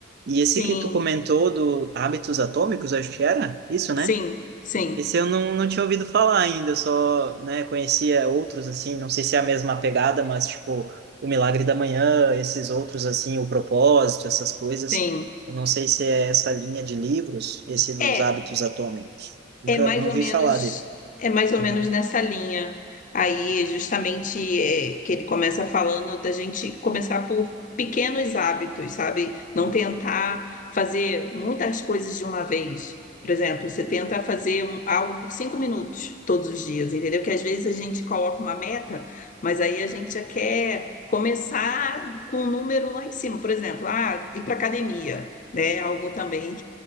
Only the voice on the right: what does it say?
E
esse que tu comentou do Hábitos Atômicos, acho que era isso,
né?
Esse eu não, não tinha ouvido falar ainda, eu só, né, conhecia outros, assim, não sei se é a mesma pegada, mas, tipo, O Milagre da Manhã, esses outros, assim, O Propósito, essas coisas,
eu não sei se é essa linha de livros, esse dos
hábitos atômicos. Nunca,
não
vi
falar dele.
Uhum.